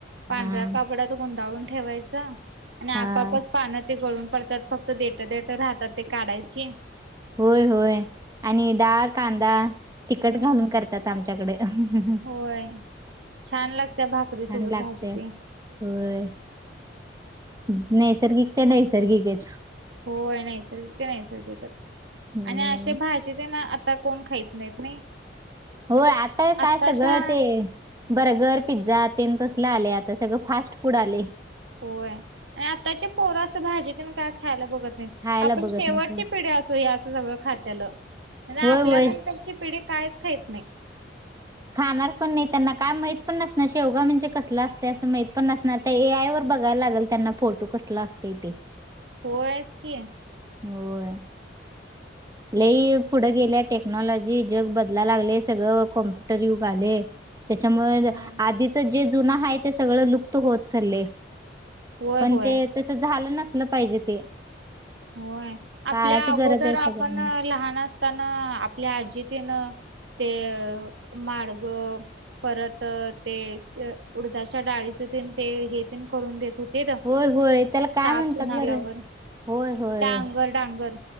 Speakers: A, on the right (about 75°); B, on the right (about 20°).
A: पांढऱ्या
B: हा
A: कापड्यात गुंडाळून ठेवायचा आणि आपापच
B: हा
A: पानं ते गळून पडतात फक्त देट देट राहतात ती काढायची
B: होय होय आणि डाळ कांदा
A: हम्म
B: तिखट घालून करतात आमच्याकड हम
A: होय छान लागत्या भाकरी
B: छान
A: सोबत
B: लागतय
A: भाजी ते
B: होय नैसर्गिक ते नैसर्गिकच
A: होय नैसर्गिक ते नैसर्गिकच
B: हम्म
A: आणि अशे भाजी तेन आता कोण खात नाहीत नाही
B: होय आता
A: आत्ताच्या
B: काय सगळं ते बर्गर पिझ्झा तेन तसल आलंय आता सगळं फास्ट फूड आले
A: होय आणि आताची पोरं अस भाजी तेन काय खायला बघत नाही
B: खायला
A: आपण
B: बघत
A: शेवटची
B: नाही तू
A: पिढी असू या असं सगळं खात्याला
B: होय
A: आपल्या
B: होय
A: नंतरची पिढी कायच खाहीत नाही
B: खाणार पण नाही त्यांना काय माहित पण नसणार शेवगा म्हणजे कसलं असते असं माहित माहित पण नसणार त्या ए आय वर बघायला लागणार त्यांना फोटो कसलं असतंय ते
A: होयच की
B: होय लय पुढे गेल्या टेक्नॉलॉजी जग बदलायला लागलंय अगं कॅम्पुटर युग आलंय त्याच्यामुळं
A: होय
B: आधीच जे जुनं आहे ते सगळं लुक होत चाललंय
A: होय
B: पण
A: होय
B: ते तस झालं नसल पाहिजे ते
A: होय
B: काळाची
A: आपल्या अगोदर
B: गरज आहे
A: आपण
B: सगळ्यांना
A: लहान असताना आपल्या आजी तेन ते माडग परत ते उडदाच्या डाळीच ते हे तन करून देत होतो तेेत
B: होय होय त्याला काय
A: ताप
B: म्हणतात
A: पण आल्यावर
B: बरं होय होय
A: डांगर डांगर